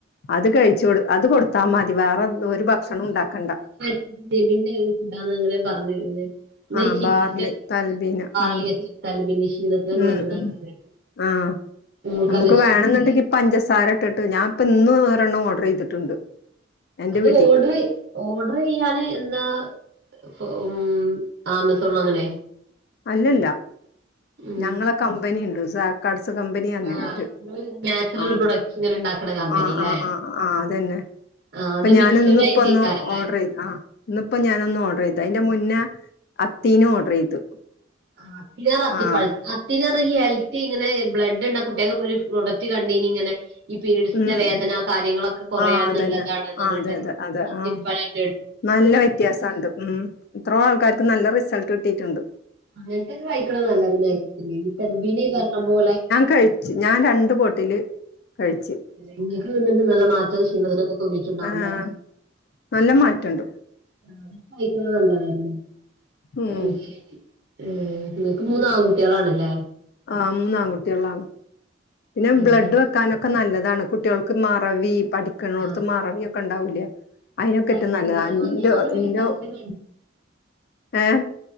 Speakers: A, on the left; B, on the right.
A: അത് കഴിച്ചു കൊടു അത് കൊടുത്താൽ മതി വേറെ ഒരു ഭക്ഷണം ഉണ്ടാക്കണ്ട
B: <unintelligible> സിദ്ധാന് അങ്ങനെ പറഞ്ഞു കഴിഞ്ഞഞ്
A: ആഹ്
B: ചിക്കാ
A: ബാർലി തൽബീന ഉം
B: <unintelligible> നല്ലതാണ്
A: ഉം ഉം
B: <inaudible>
A: ആഹ്
B: മോൾക്ക്
A: നമുക്ക്
B: നല്ല ഇഷ്ടപ്പെട്ടല്ലേ
A: വേണന്നുണ്ടെങ്കി പചസാരട്ടട്ട്ഞാനിപ്പൊ ഇന്ന് വേറെണ്ണം ഓർഡർ ചെയ്തിട്ടുണ്ട് എന്റെ
B: അത്
A: വീട്ടിക്ക്
B: ഓർഡറ് ഓർഡർ ചെയ്യാന് എന്താ ഉം ആമസോൺ അങ്ങനെ
A: അല്ലല്ല
B: ഉം
A: ഞങ്ങളെ കമ്പനി ഇണ്ട് സ കടസ കമ്പനിയാന്നട്ട
B: ആഹ് ഇങ്ങള് നാച്ചുറൽ
A: ആഹ്
B: പ്രൊഡക്ട്സ് ഇങ്ങനെ ഇണ്ടാക്കണ കമ്പനില്ലേ
A: ആഹ് ആഹ് ആഹ് ആഹ് അതന്നെ
B: ആഹ്
A: അപ്പൊ
B: അത്
A: ഞാന്
B: മിക്സ്ഡ്
A: ഇന്നിപ്പോ
B: ആയിട്ടേക്കാരല്ലേ
A: ഒന്ന് ഓർഡർ ചെയ്തു ആഹ് ഇന്നിപ്പോ ഞാൻ ഒന്ന് ഓർഡർ ചെയ്തു അന്റെ മുന്നേ അത്തീനും ഓർഡർ ചെയ്തു
B: ആഹ് <unintelligible>
A: ആഹ്
B: പിന്നെറ ഈ ഹെൽത്ത് ഇങ്ങനെ ബ്ലഡ്ണ്ട കുട്ടികൊക്കെ ഒരു പ്രൊഡക്റ്റ് കണ്ടീനി ഇങ്ങനെ ഈ പീരീഡ്സിന്റെ
A: ഉം
B: വേദന
A: ഉം
B: കാര്യങ്ങളൊക്കെ കുറയാൻ
A: ആഹ് അതന്നെ
B: നല്ലതാണ് പറഞ്ഞിട്ട്
A: ആഹ് അതെ അതെ അതെ
B: അത്യപാഴം
A: ആഹ് നല്ല വ്യത്യാസംണ്ട് ഉം എത്ര ആൾക്കാർക്കും നല്ല റിസൾട്ട് കിട്ടീട്ടുണ്ട്
B: അങ്ങനത്തെക്കെ കായിക്കണം നല്ലത് ഈ തൽബിന പറഞ്ഞ പോലെ
A: കഴിച്ചു ഞാൻ രണ്ട് ബോട്ടില് കഴിച്ചു
B: നിങ്ങൾക്ക് നിന്നിട്ട് നല്ല മാറ്റം ക്ഷീമതൊക്കെ തോന്നീട്ടുണ്ടാവൂലേ
A: ആഹ് നല്ല മാറ്റണ്ട്
B: ആഹ് കൈപ്പ നല്ലതല്ലേ
A: ഉം
B: അയ്ശരി ഏഹ് നിങ്ങക്ക് മൂന്ന് ആൺകുട്ടികളാണല്ലേ
A: ആഹ് മൂന്ന് ആൺകുട്ടികളാണ് പിന്നെ
B: ഏഹ്
A: ബ്ലഡ് വെക്കാനൊക്കെ ഒക്കെ നല്ലതാണ് കുട്ടികൾക്ക് മറവി പഠിക്കണോടത്ത്
B: ആഹ്
A: മറവി ഒക്കെ ഉണ്ടാവൂല
B: അയിന്റെ
A: അതിനൊക്കെ
B: തത്തീനെ
A: ഏറ്റും നല്ലതാ എന്റെ
B: ഞാനും അയിന്റെ
A: എന്റെ
B: പരസ്യം
A: ഏഹ്